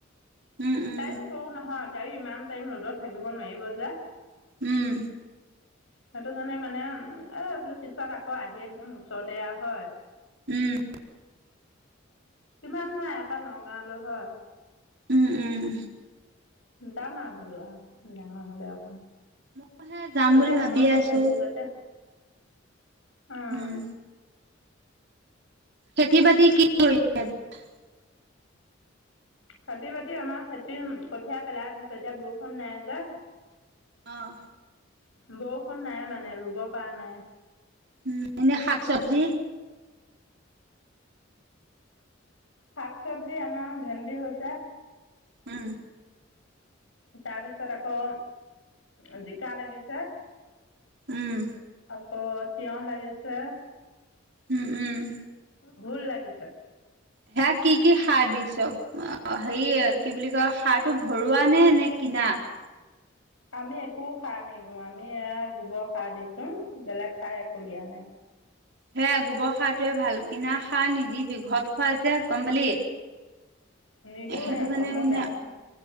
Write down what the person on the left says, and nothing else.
তাইও সৰু নহয়। গায় <unintelligible> ইমান টাইম ৰ'দত থাকিব নোৱাৰিব যে
সেইটো কাৰণে মানে এ বোলো পিছত আকৌ আহিয়ে থাকিম ওচৰতেয়া হয়।
তমান নহয় এপা নগাঁৱলৈ হয়।
যাম আৰু বোলো আৰু ডাঙৰ হ'লে অকণ। এতিয়া
ডাঙৰ হৈছে
এতিয়া যা'তে। অ'।
খেতি বাতি আমাৰ খেতি কঠীঁয়া পেলাই থৈছ এতিয়া বৰষুণ নাই যে।
বৰষুণ নাই মানে ৰুব পৰা নাই।
শাক চবজি আমাৰ ভেন্দি হৈছে।
তাৰপিছত আকৌ উ জিকা লাগিছে।
অ', তিয়হ লাগিছে।
ভুল লাগিছে।
আমি একো সাৰ নিদিওঁ আমি এ গোবৰ সাৰ দিছো বেলেগ সাৰ একো দিয়া নাই।
নিদিওঁ
আকৌ,
মই
বেয়া পাওঁ।